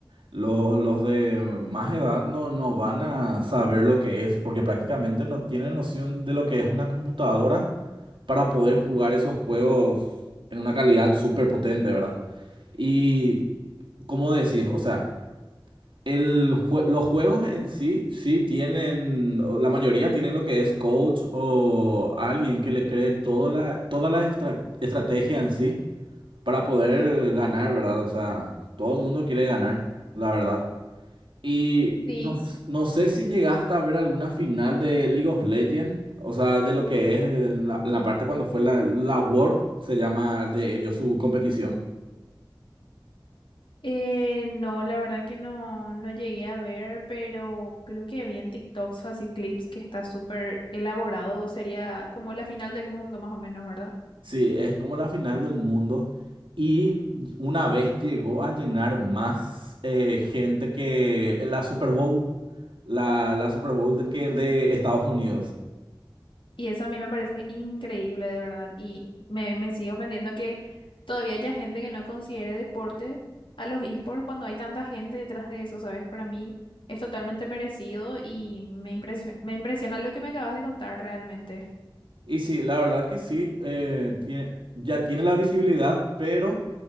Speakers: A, on the right; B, on the left.
A: Los, los de más edad no, no van a saber lo que es, porque prácticamente no tienen noción de lo que es una computadora para poder jugar esos juegos en una calidad súper potente, ¿verdad? Y, ¿cómo decís? O sea, el jue- los juegos en sí, sí tienen, o la mayoría tienen lo que es coach o alguien que le cree toda la, toda la estra- estrategia en sí para poder ganar, ¿verdad? O sea, todo el mundo quiere ganar, la verdad. Y
B: Sí.
A: no, s- no sé si llegaste a ver alguna final de League of Legends, o sea, de lo que es eh, la, la parte cuando fue la, la World, se llama de ellos su competición.
B: Eh, no, la verdad que no, no llegué a ver, pero creo que vi en TikToks así clips que está súper elaborado, sería como la final del mundo más o menos, ¿verdad?
A: Sí, es como la final del mundo y una vez llegó a llenar más eh, gente que la Super Bowl, la, la Super Bowl de, que de Estados Unidos.
B: Y eso a mí me parece increíble, de verdad. Y me, me sigue ofendiendo que todavía haya gente que no considere deporte a los esports cuando hay tanta gente detrás de eso, ¿sabes? Para mí es totalmente merecido y me impresio- me impresiona lo que me acabas de contar realmente.
A: Y sí, la verdad que sí, eh, tiene, ya tiene la visibilidad, pero